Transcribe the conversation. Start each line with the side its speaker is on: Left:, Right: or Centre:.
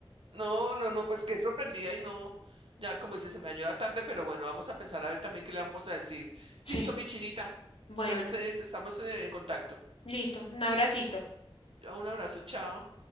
Right: no, no, no, pues qué sorprendida y no, ya como dice, se me dañó la tarde, pero bueno, vamos a pensar a ver también qué le vamos a decir.
Left: Sí,
Right: Listo, mi chinita.
Left: bueno,
Right: Entonces, estamos eh, en contacto.
Left: listo. Un abracito.
Right: Un abrazo, chao.